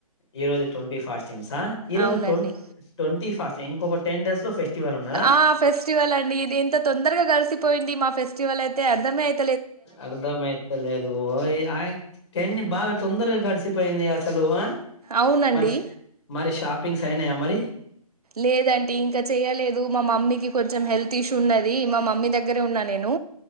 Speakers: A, on the left (about 45°); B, on the right (about 80°).
A: ఈరోజు ట్వంటీ ఫాస్ట్ చింగ్స ఈ రోజు
B: అవునండి
A: ట్వంట్ ట్వంటీ ఫాస్ట్ ఇంకొకటి టెన్డేస్ లో ఫెస్టివల్ ఉన్నదా
B: ఆ ఫెస్టివల్ అండి ఇది ఎంత తొం దరగా కలిసిపోయింది మా ఫెస్టివల్ అయితే అర్థమేత్
A: అర్ధామైతలేదు ఆ టన్ని బాగా తొందరగా గడిసిపోయింది అసలు ఆ
B: అవునండి
A: మరి శే మరి షా పిింగ్స్ అయినయ మరి
B: లేదంటీ ఇంకా చెయలేదు మా మమ్మీకి కొంచెం హెల్త్ ఇష్యూ ఉన్నది మా మమ్మీ దగ్గరే ఉన్నా నేను